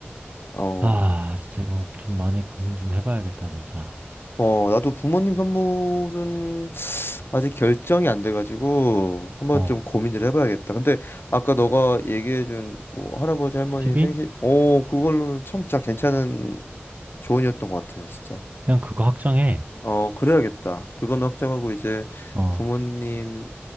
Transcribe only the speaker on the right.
아, 진짜 이거 좀 많이 고민 좀 해봐야겠다, 진짜.
어.
TV?
그냥 그거 확정해.
어,